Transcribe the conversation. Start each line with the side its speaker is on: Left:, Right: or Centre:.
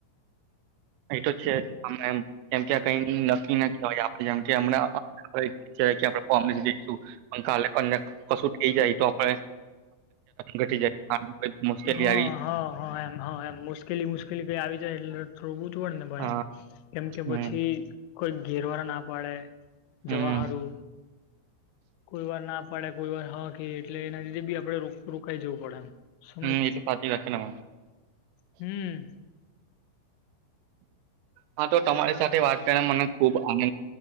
Right: એ તો છે. જેમકે આ કઈ નક્કી ના <unintelligible> હોય આપ જેમમણામસઈશું. કાલે કન્યા કશું થઈ જાય તો આપ ઘટી જાય. મુશ્કેલી
Left: હા
Right: આવી
Left: હા હા એમ હ એમ મુશ્કેલી મુશ્કેલી કઈ આવી જાય એટલે થોડું ને ભાઈ
Right: હા
Left: એમ કેમ કે
Right: હમ
Left: પછી. કોઈ ઘેરવાળા ના પાડે
Right: હમ
Left: જવાહારું કોઈ વાર ના પાડ્યા કોઈ વાર હા કે એટલે એના જે બી આપડે રો રોકાય જવું પડે એમ સમયસર
Right: હમ એ તો સાચી વાત છે તમારી
Left: હમ્મ.
Right: હા તો તમારી સાથે વાત કરીને મને ખુબ આનંદ